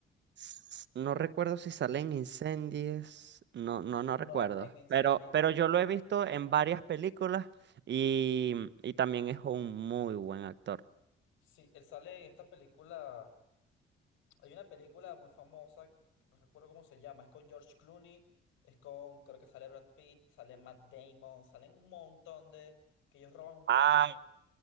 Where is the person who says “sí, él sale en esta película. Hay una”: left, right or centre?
Left